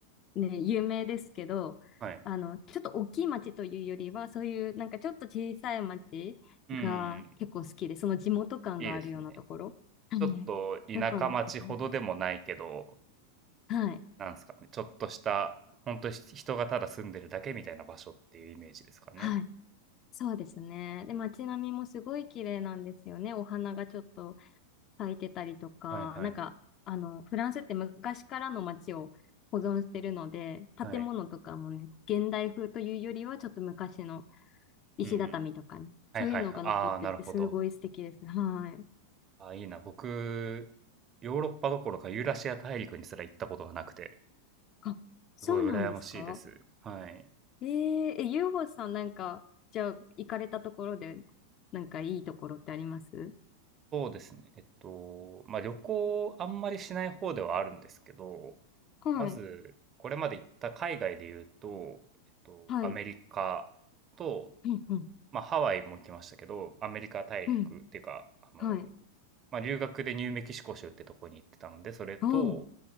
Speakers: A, on the left (about 35°); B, on the right (about 25°).
A: ね、有名ですけど、
B: はい。
A: あの、ちょっと大きい町というよりは、そういうなんかちょっと小さい町が結構好きで、
B: うんうんうん。
A: その地元感があるようなところ。
B: いいですね。
A: はい。
B: ちょっと田舎町ほどでもないけど、
A: だから、すごいです。はい。
B: なんですかね、ちょっとした、本当に人がただ住んでるだけみたいな場所っていうイメージですかね。
A: はい。そうですね。で、街並みもすごい綺麗なんですよね。お花がちょっと咲いてたりとか、
B: はいはい。
A: なんか、あの、フランスって昔からの街を保存してるので、
B: はい。
A: 建物とかもね、現代風というよりは、ちょっと昔の石畳とかね。
B: うんうん。はいはいはい。
A: そういうのが残ってて、
B: ああ、なるほど。
A: すごい素敵です。はい。
B: ああ、いいな。僕、ヨーロッパどころかユーラシア大陸にすら行ったことがなくて、
A: あ、そうなんですか
B: すごい羨ましいです。はい。
A: えー、え、ゆうほさんなんか、じゃあ、行かれたところで、なんかいいところってあります
B: そうですね。えっと、まあ、旅行あんまりしない方ではあるんですけど、
A: はい。
B: まず、これまで行った海外で言うと、えっと、
A: はい。
B: アメリカと、
A: うん、うん、
B: まあ、ハワイも来ましたけど、アメリカ大陸っていうか、
A: うん。
B: あの、
A: はい。
B: まあ、留学でニューメキシコ州ってとこに行ってたので、それと、
A: おー、